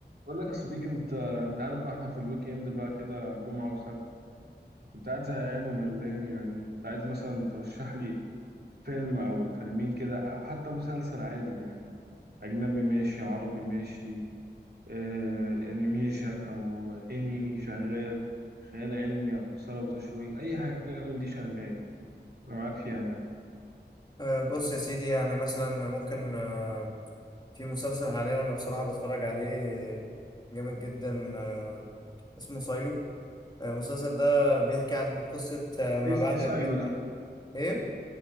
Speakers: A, on the right; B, on the left.
A: بقول لك يا صديقي انت انت عارف بقى احنا في الويك اند بقى كده جمعة وسبت كنت قاعد زهقان وملان يعني كنت عايز مثلا ترشح لي فيلم او فيلمين كده او حتى مسلسل عادي يعني اجنبي ماشي عربي ماشي آه انيميشن او انمي شغال خيال علمي او اثارة وتشويق اي حاجة من دي شغال انا معاك فيها يعني
B: أه، بص يا سيدي يعني مثلا ممكن أه، في مسلسل حاليا انا بصراحة بتفرج عليه جامد جدا أه، اسمه سايلو أه، المسلسل ده بيحكي عن قصة أه، ما
A: ايه
B: بعد
A: ايه سايلو
B: نهاية
A: ده
B: ايه